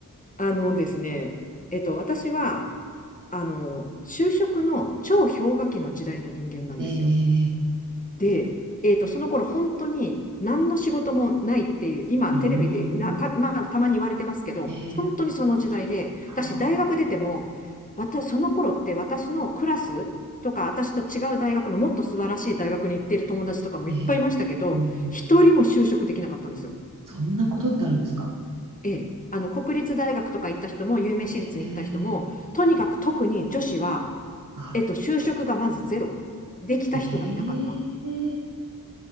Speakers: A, on the left; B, on the right.
A: あのですね、えっと、私は、あの、就職の超氷河期の時代の人間なんですよ。
B: ええ。ええ
A: で、えーと、その頃本当に何の仕事もないっていう、今テレビでなた、
B: うーん。
A: まあ、たまに言われてますけど、
B: ええ。
A: 本当にその時代で、
B: はあ。
A: 私大学出ても、私その頃って私のクラスとか、私と違う大学のもっと素晴らしい大学に行ってる友達とかもいっぱいいましたけど、
B: ええ。うん。
A: 一人も就職できなかったんですよ。
B: そんなことってあるんですか。
A: ええ。あの国立大学とか行った人も、有名私立に行った人も、
B: ええ。
A: とにかく特に女子は、
B: あ、
A: えっと、就職がまずゼロ。できた人がいなかった。
B: ええ